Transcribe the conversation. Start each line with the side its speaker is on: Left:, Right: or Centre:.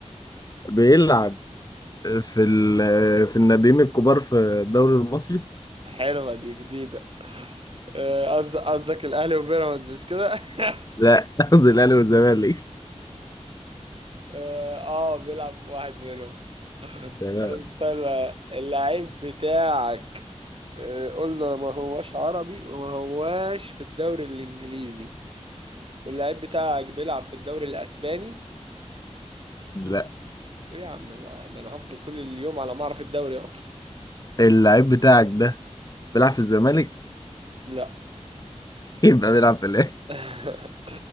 Left: بيلعب في ال- في الناديين الكبار في الدوري المصري
Right: حلوه دي جديده آه، قصد- قصدك الاهلي وبيراميدز مش كده <laughs>
Left: لا <laughs> قصدي الاهلي والزمالك
Right: اه آه، بيلعب في واحد منهم
Left: تمام.
Right: طب استنى اللعيب بتاعك آه، قلنا ما هواش عربي وما هواش في الدوري الانجليزي اللعيب بتاعك بيلعب في الدوري الاسباني
Left: لا
Right: ايه يا عم بقى ده انا هفضل طول اليوم على ما اعرف الدوري اصلا
Left: اللعيب بتاعك ده بيلعب في الزمالك
Right: لا
Left: يبقى بيلعب في الاهلي
Right: <laughs>